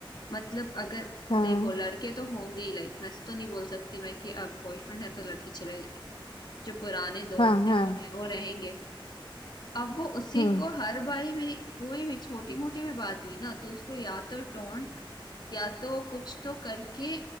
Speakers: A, on the left; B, on the left.
A: मतलब अगर
B: हाँ
A: देखो लड़के तो होंगे ही लाइफ में ऐसा तो नहीं बोल सकती मैं कि अब बॉयफ्रेंड है तो लड़के चले जाए जो पुराने दोस्त
B: हाँ
A: हैं
B: हाँ
A: जो हैं वो रहेंगे अब वो उसी
B: हम्म
A: को हर बारी मेरी कोई भी छोटी मोटी भी बात हुई ना तो उसको या तो टोंट या तो कुछ तो करके